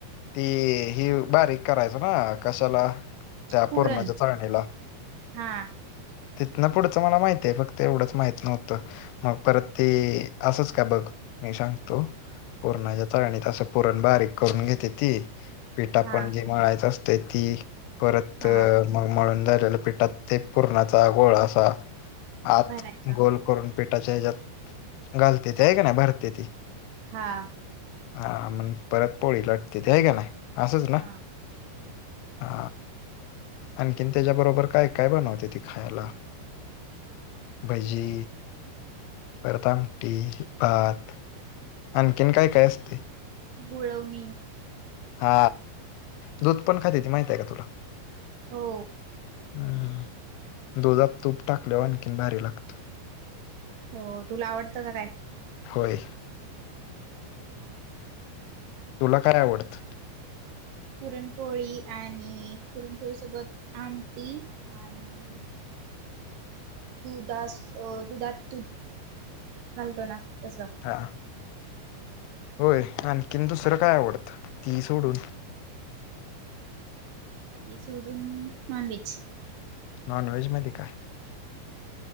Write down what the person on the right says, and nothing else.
पुरण
हा
हा
हा
भरायचा
हा.
हा
घुळवणे.
हो
हो तुला आवडतं का काय?
हा.
पुरणपोळी आणि पुरणपोळी सोबत आमटी आणि दुधास अ दुधात तूध घालतो ना. तसं
ती सोडून नॉनवेज.